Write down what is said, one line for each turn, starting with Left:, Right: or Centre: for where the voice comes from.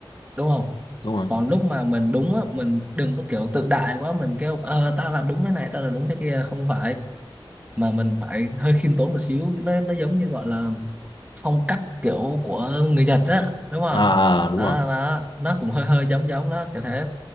Right: đúng không?
Left: đúng rồi
Right: Còn lúc mà mình đúng á, mình đừng có kiểu tự đại quá, mình kêu ờ tao làm đúng thế này, tao làm đúng thế kia, không phải mà mình phải hơi khiêm tốn một xíu, nó nó giống như gọi là phong cách kiểu của người Nhật á đúng không
Left: à, à đúng
Right: đó
Left: rồi
Right: đó nó cũng hơi hơi giống giống đó kiểu thế